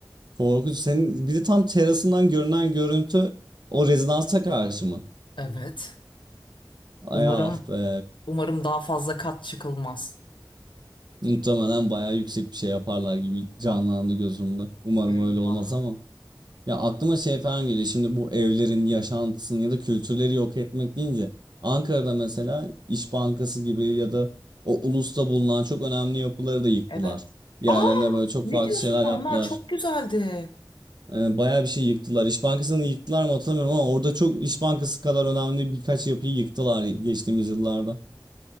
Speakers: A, on the right; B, on the left.
A: Korkunç. Senin bir de tam terasından görünen görüntü o rezidansa karşı mı?
B: Evet. Umarım
A: Ay ah be.
B: umarım daha fazla kat çıkılmaz.
A: Muhtemelen bayağı yüksek bir şey yaparlar gibi canlandı gözümde. Umarım
B: Eyvah.
A: öyle olmaz ama. Ya aklıma şey falan geliyor. Şimdi bu evlerin yaşantısını ya da kültürleri yok etmek deyince Ankara'da mesela İş Bankası gibi ya da o ulusta bulunan çok önemli yapıları da yıktılar.
B: Evet.
A: Yerlerine
B: Aa,
A: böyle çok
B: ne
A: farklı
B: diyorsun
A: şeyler
B: sen?
A: yaptılar.
B: Onlar çok güzeldi.
A: E, Bayağı bir şey yıktılar. İş Bankası'nı yıktılar mı hatırlamıyorum ama orada çok İş Bankası kadar önemli birkaç yapıyı yıktılar geçtiğimiz yıllarda.